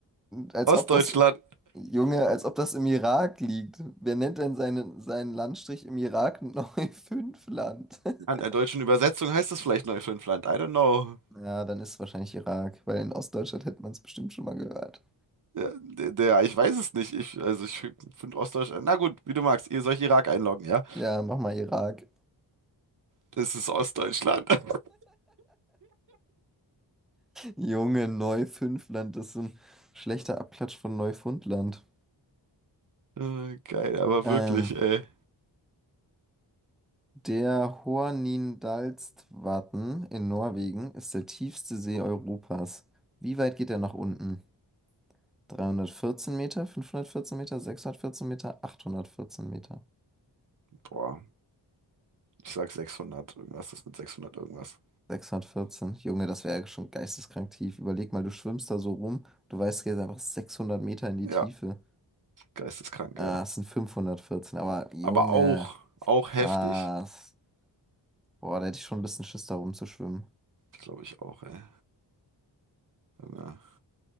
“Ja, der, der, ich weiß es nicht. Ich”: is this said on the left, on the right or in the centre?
Right